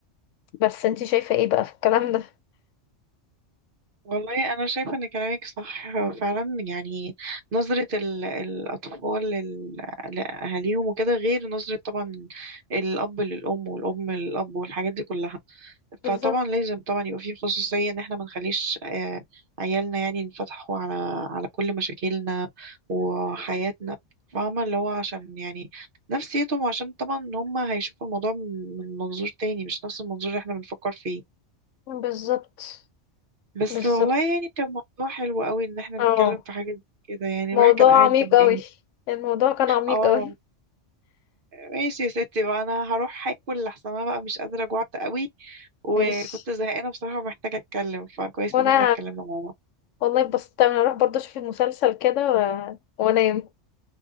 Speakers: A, on the left; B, on the right.
A: بس انت شايفه ايه بقى في الكلام ده
B: والله انا شايفه ان كلامك صح فعلا يعني نظره ال- الاطفال لل- لاهاليهم وكده غير نظره طبعا الاب للام والام للاب والحاجات دي كلها
A: بالظبط
B: فطبعا لازم طبعا يبقى في خصوصيه ان احنا ما نخليش آه عيالنا يعني ينفتحوا على على كل مشاكلنا وحياتنا فاهمه اللي هو عشان يعني نفسيتهم عشان طبعا هم هيشوفوا الموضوع من منظور تاني مش نفس المنظور اللي احنا بنفكر فيه
A: بالظبط
B: بس
A: بالظبط
B: والله يعني كان موضوع حلو قوي ان احنا
A: اه
B: نتكلم في حاجة زي كده يعني
A: موضوع
B: الواحد كان قاعد
A: عميق
B: زهقان
A: قوي الموضوع كان عميق
B: اه
A: قوي
B: ماشي يا ستي بقى انا هروح هاكل لحسن انا بقى مش قادرة جوعت قوي وكنت
A: ماشي
B: زهقانة بصراحة محتاجة اتكلم فكويس
A: وانا
B: ان احنا اتكلمنا مع بعض
A: والله اتبسطت اوي. انا اروح برضه اشوف المسلسل كده و... وانام